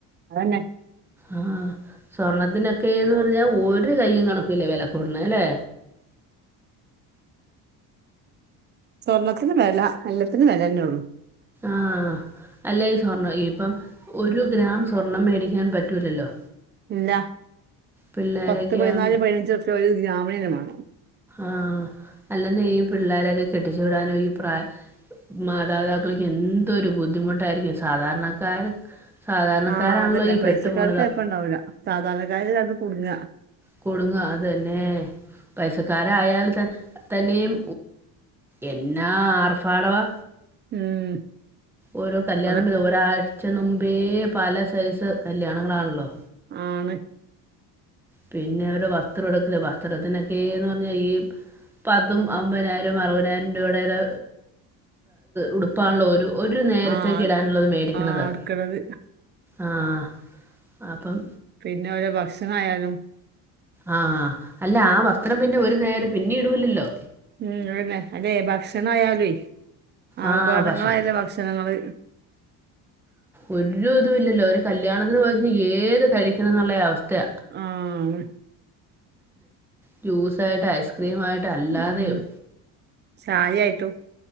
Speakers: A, on the right (about 30°); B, in the centre.
A: അതന്നെ
B: ആ സ്വർണത്തിനൊക്കെന്ന് പറഞ്ഞാ ഒരു കയ്യും കണക്കുല്ല വില കൂടുന്നത് അല്ലേ
A: സ്വർണ്ണത്തിന് വില എല്ലത്തിനും വില തന്നെ ഉള്ളു
B: ആഹ് അല്ല ഈ സ്വർണം ഇപ്പം ഒരു ഗ്രാം സ്വർണം മേടിക്കാൻ പറ്റൂലല്ലോ
A: ഇല്ല
B: പിള്ളേരൊക്കെ
A: പത്ത് പതിനാല്
B: ആ
A: പതിനഞ്ചുർപ്യ ഒരു ഗ്രാമിനന്നേ മാണം
B: ആഹ് അല്ലെന്നെ ഈ പിള്ളോരൊക്കെ കെട്ടിച്ചു വിടാനും ഈ പ്രാ മാതാപിതാക്കൾക്ക് എന്തൊരു ബുദ്ധിമുട്ടായിരിക്കും സാധാരണക്കാര് സാധാരണക്കാരാണല്ലോ
A: ആഹ് അതന്നെ
B: ഈ പെട്ടു
A: പൈസക്കാർ
B: പോണത്
A: കുഴപ്പണ്ടാവൂല
B: അ
A: സാധാരണക്കാര് അത് കുടുങ്ങ
B: കുടുങ്ങ അത് തന്നെ പൈസക്കാരായാൽ ത തന്നെയും എന്നാ ആർഭാടവാ
A: ഉം
B: ഓരോ കല്യാണം
A: അത്
B: ഒരു ഓരാഴ്ച പക്ഷേ നുമ്പേ പല സൈസ് കല്യാണങ്ങളാണല്ലോ
A: ആണ്
B: പിന്നെ അവടെ വസ്ത്രം എടുക്കല വസ്ത്രത്തിനൊക്കെന്ന് പറഞ്ഞാൽ ഈ പത്തും അമ്പതിനായിരം അറുപതിനായിരം രൂപയുടെ ഉടുപ്പാനെല്ലോ ഒരു ഒരു നേരത്തേക്ക്
A: ആഹ്
B: ഇടാനുള്ളത് മേടിക്കണതാ
A: ആഹ് അടുക്കണത്
B: ആഹ അപ്പം
A: പിന്നെ ഓലെ ഭക്ഷണായാലും
B: ആ അല്ല ആ വസ്ത്രം പിന്നെ ഒരു നേരം പിന്നെ ഇടൂലല്ലോ
A: ഉം അതന്നെ അല്ലെ ഭക്ഷണം ആയാലും ആർഭാടങ്ങളായല്ലേ
B: ആ ഭക്ഷണം
A: ഭക്ഷണങ്ങള്
B: ഒരു ഇതും ഇല്ലല്ലോ ഒരു കല്യാണത്തിന് പോയി ഏത് കഴിക്കണം എന്നുള്ള അവസ്ഥയാ
A: ആഹ്
B: ജ്യൂസ് ആയിട്ട് ഐസ് ക്രീമായിട്ട് അല്ലാതെയും
A: ഉം ചായായിട്ടും